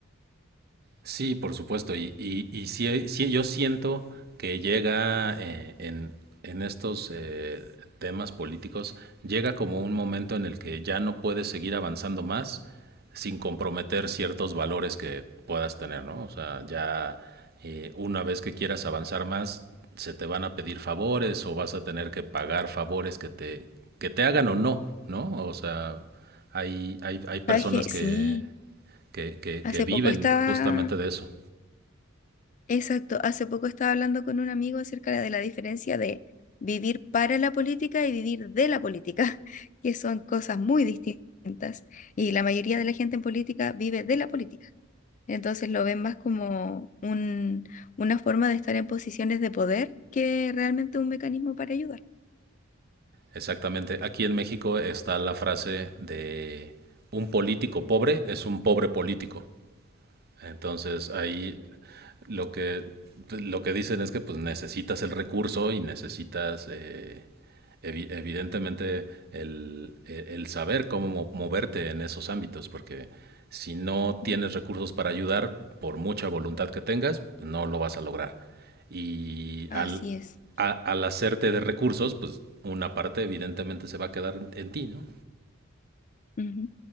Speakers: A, on the right; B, on the left.
A: Sí, por supuesto. Y, y, y sí, sí, yo siento que llega eh, en, en estos eh, temas políticos, llega como un momento en el que ya no puedes seguir avanzando más sin comprometer ciertos valores que puedas tener, ¿no? O sea, ya Eh, una vez que quieras avanzar más, se te van a pedir favores o vas a tener que pagar favores que te, que te hagan o no, ¿no? O sea, hay, hay, hay personas
B: ¿Sabes qué?
A: que,
B: Sí.
A: que, que,
B: Hace
A: que viven
B: poco estaba,
A: justamente de eso.
B: exacto, hace poco estaba hablando con un amigo acerca de la diferencia de vivir para la política y vivir de la política, <laughs> que son cosas muy distintas. Y la mayoría de la gente en política vive de la política. Entonces lo ven más como un, una forma de estar en posiciones de poder que realmente un mecanismo para ayudar.
A: Exactamente. Aquí en México está la frase de un político pobre es un pobre político. Entonces ahí lo que, lo que dicen es que pues necesitas el recurso y necesitas eh, evi- evidentemente el, eh, el saber cómo mo- moverte en esos ámbitos, porque si no
B: Ujú.
A: tienes recursos para ayudar, por mucha voluntad que tengas, no lo vas a lograr. Y
B: Así
A: al,
B: es.
A: a- al hacerte de recursos, pues una parte evidentemente se va a quedar en en ti, ¿no?
B: Ujú.